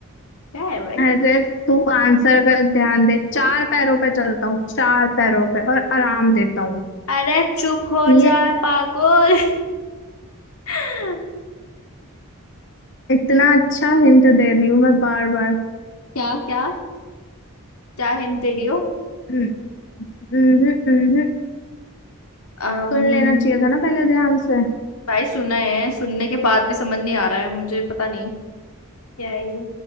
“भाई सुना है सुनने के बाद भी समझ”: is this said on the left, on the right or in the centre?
Left